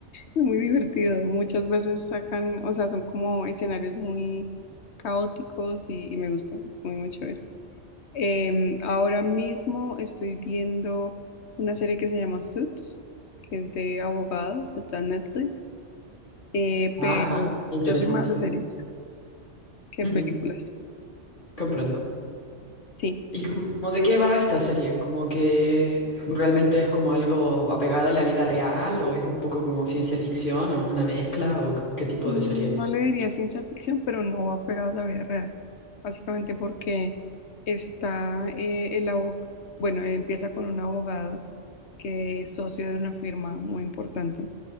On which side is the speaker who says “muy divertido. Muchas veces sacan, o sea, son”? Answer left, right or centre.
Left